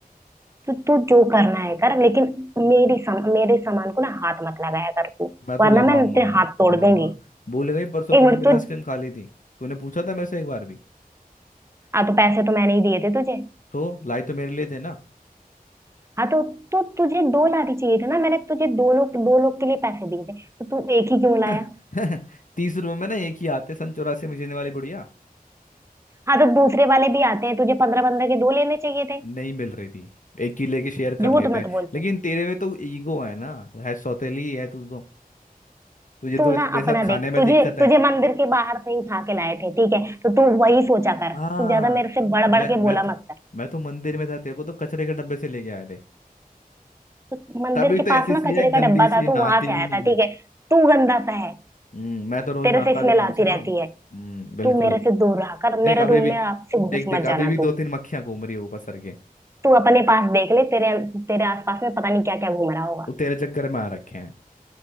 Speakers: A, on the right; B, on the left.
A: तू तू जो करना है कर लेकिन मेरी सम, मेरे सामान को ना हाथ मत लगाया कर तू
B: मैं तो
A: वरना
B: लगाऊंगा
A: मैं तेरे हाथ तोड़
B: लगाऊंगा
A: दूंगी
B: भूल गई परसों
A: एक
B: तूने
A: मिनट
B: मेरी
A: तू
B: आइसक्रीम खा ली थी तूने पूछा था मेरे से एक बार भी
A: हाँ तो पैसे तो मैंने ही दिए थे तुझे
B: तो लाई तो मेरे लिए थे ना
A: हाँ तो तो तुझे दो लाने चाहिए थे ना मैंने तुझे दो लोग दो लोग के लिए पैसे दिए थे तो तू एक ही क्यों
B: <laughs>
A: लाया
B: तीस रुपए में ना एक ही आते सन चौरासी में जीने वाली बुढ़िया
A: हाँ तो दूसरे वाले भी आते हैं तुझे पंद्रह पंद्रह के दो लेने चाहिए थे
B: नहीं मिल रही थी एक ही लेके शेयर कर
A: झूठ
B: लेते
A: मत
B: हैं
A: बोल
B: लेकिन
A: तू
B: तेरे में तो ईगो है ना है सौतेली है तू तो तुझे
A: तू
B: तो
A: ना
B: मेरे
A: अपना
B: साथ खाने
A: देख
B: में
A: तुझे
B: दिक्कत है
A: तुझे मंदिर के बाहर से ही उठा के लाए थे ठीक है तो तू वही सोचा कर
B: हाँ
A: तू ज्यादा मेरे से बढ़
B: मैं
A: बढ़ के
B: मैं
A: बोला
B: तो
A: मत कर
B: मैं तो मंदिर में था तेरे को तो कचरे के डब्बे से लेके आए थे
A: तो मंदिर
B: तभी
A: के
B: तो
A: पास
B: ऐसी
A: ना
B: सी
A: कचरे
B: है गंदी
A: का डब्बा
B: सी
A: था तू
B: नहाती
A: वहां से
B: भी
A: आया
B: नहीं
A: था
B: है
A: ठीक है तू गंदा सा है
B: हम्म मैं तो रोज
A: तेरे
B: नहाता
A: से स्मेल
B: भी हूँ कम
A: आती
B: से
A: रहती
B: कम
A: है
B: हम्म बिल्कुल
A: तू मेरे से दूर रहा कर मेरे
B: देख अभी
A: रूम
B: भी
A: में आपसे
B: देख
A: घुस
B: देख
A: मत
B: अभी
A: जाना
B: भी दो
A: तू
B: तीन मक्खियां घूम रही है ऊपर सर के
A: तू अपने पास देख ले तेरे तेरे आसपास में पता नहीं क्या क्या घूम रहा होगा
B: वो तेरे चक्कर में आ रखे हैं